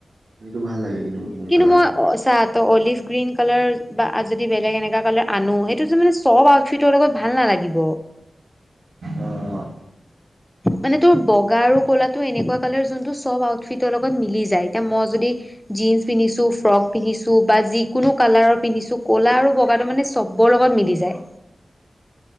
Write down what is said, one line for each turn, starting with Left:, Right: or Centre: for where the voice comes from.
Right: সেইটো ভাল লাগে কিন্তু। মোৰ
Centre: কিন্তু
Right: কালাৰটো
Centre: মই চাহ ত অলিভ গ্ৰীণ কালাৰ বা যদি বেলেগ এনেকা কালাৰ আনো সেইটো যে মানে চব আচিটৰ লগত ভাল নালাগিব।
Right: অ'।
Centre: মানে তোৰ বগা আৰু ক'লাতটো এনেকুৱা কালাৰ যোনটো চব আউটফিটৰ লগত মিলি যায় এতিয়া মই যদি জীন্ছ পিন্ধিছো ফ্ৰক পিন্ধিছো বা যিকোনো কালাৰৰ পিন্ধিছো ক'লা আৰু বগাটো মানে চবৰ লগত মিলি যায়।
Right: উ